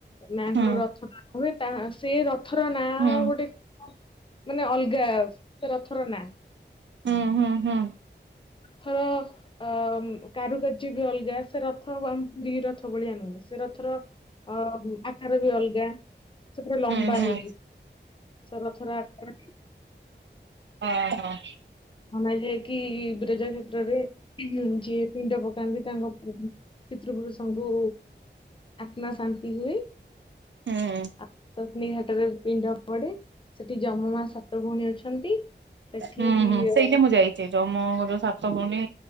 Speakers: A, on the left; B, on the right.
A: ମାଆଙ୍କର
B: ହୁଁ
A: ରଥ ଟା ହ ତା ସେ ରଥର ନା
B: ହୁଁ।
A: ଗୋଟେ <unintelligible> ମାନେ ଅଲଗା ସେ ରଥର ନା।
B: ହୁଁ ହୁଁ ହୁଁ।
A: ଥର ଅ କାରୁକାର୍ଯ୍ୟ ବି ଅଲଗା ସେ ରଥ ଆମ ପୁରୀ ରଥ ଭଳିଆ ନୁହଁ। ସେ ରଥର ଅ ଆକାର ବି ଅଲଗା ସେ ପୁରା ଲମ୍ବା
B: ହୁଁ ହୁଁ
A: ହେଇକି। ସ ରଥର ଆକୃତି
B: ଓହୋ।
A: ମନାଯାଏ କି ବିରଜା କ୍ଷେତ୍ରରେ ଯିଏ ପିଣ୍ଡ ପକାନ୍ତି ତାଙ୍କ ପିତୃପୁରୁଷଙ୍କୁ ଆତ୍ମା ଶାନ୍ତି ହୁଏ
B: ହୁଁ।
A: ଆ ପତ୍ନୀ ଘାଟରେ ପିଣ୍ଡ ପଡେ। ସେଠି ଯମ ମା ସାତ ଭଉଣୀ ଅଛନ୍ତି। ସେଠି
B: ହୁଁ ହୁଁ
A: ଅ,
B: ସେଇଟା ମୁଁ ଯାଇଛି ଜମ ଘରୁ ସାତ ଭଉଣୀ